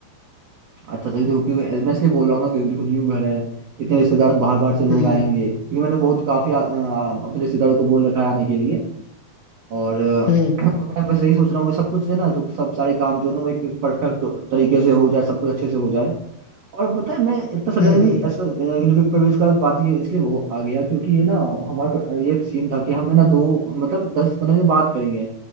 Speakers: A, on the right; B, on the left.
A: अच्छा अच्छा देखो क्योंकि मैं इसलिए बोल रहा हूँ ना क्योंकि देखो न्यू घर है इतने रिश्तेदार बाहर बाहर से लोग
B: हम्म
A: आएंगे
B: हम्म
A: क्योंकि मैंने बहुत काफी आ, आ, अपने रिश्तेदारों को बोल रखा है आने के लिए और अ,
B: हम्म
A: <clears throat> तो मैं बस यही सोच रहा हूँ कि सब कुछ है ना जो सब सारे काम जो है ना वो एक परफेक्ट तरीके से हो जाए सब कुछ अच्छे से हो जाए और पता है मैं इतना सडनली
B: हम्म हम्म
A: ऐसा नेगेटिव पे प्रवेश का बात ये इसलिए वो आ गया क्योंकि ये ना हमारे प- ये सीन था कि हम है ना दो मतलब दस पंद्रह दिन बात करेंगे